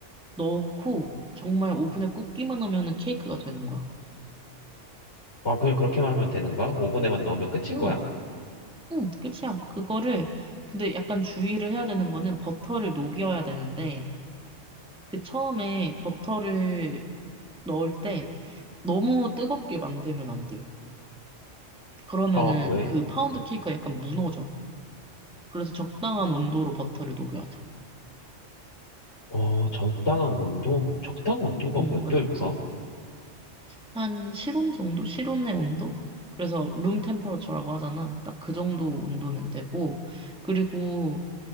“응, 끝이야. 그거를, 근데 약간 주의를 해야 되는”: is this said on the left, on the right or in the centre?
Centre